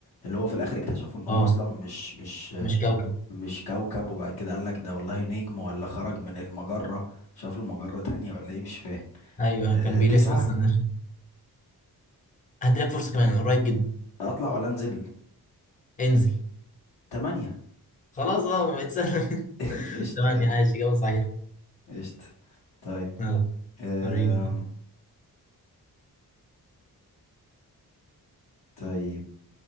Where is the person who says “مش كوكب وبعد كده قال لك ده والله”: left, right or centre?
Left